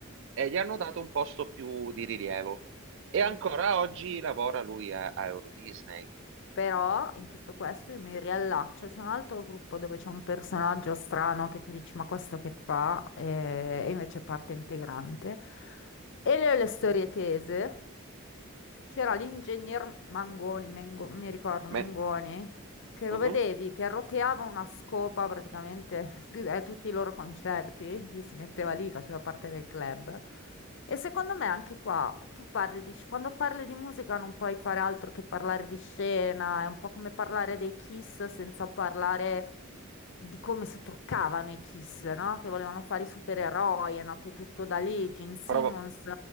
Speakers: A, on the right; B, on the left.
A: e gli hanno dato un posto più di rilievo. E
B: Ah.
A: ancora oggi lavora lui a, a Euro Disney.
B: Però in tutto questo io mi riallaccio, c'è un altro gruppo dove c'è un personaggio strano che tu dici ma questo che fa? E, e invece è parte integrante. E le ho le storie tese, c'era l'ingegner Mangoni, Mengo- mi ricordo,
A: Me-
B: Mengoni, che
A: mhm.
B: lo vedevi, che roteava una scopa praticamente <laughs> a tutti i loro concerti. Lui si metteva lì, faceva parte del club. E secondo me anche qua, tu parli di, sc- quando parli di musica non puoi fare altro che parlare di scena, è un po' come parlare dei Kiss senza parlare di come si truccavano i Kiss, no? Che volevano fare i supereroi, è nato tutto da lì, Gene Simmons.
A: Provo-